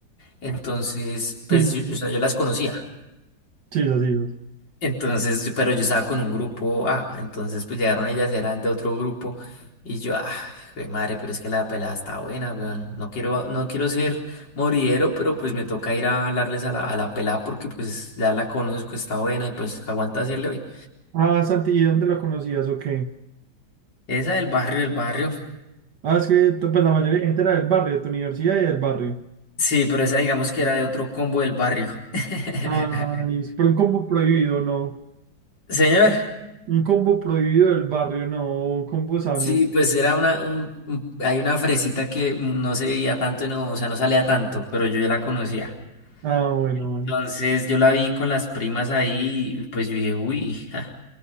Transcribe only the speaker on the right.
Sí,
sí,
sí, sí. sí.
Ah, Santi, ¿y dónde lo conocías o qué?
Ah, es que pues, la mayoría de gente era del barrio, de tu universidad y del barrio.
Ah, listo. Pero un combo prohibido, no.
Un combo prohibido del barrio, no. Un Combo sano.
Ah, bueno,
bueno.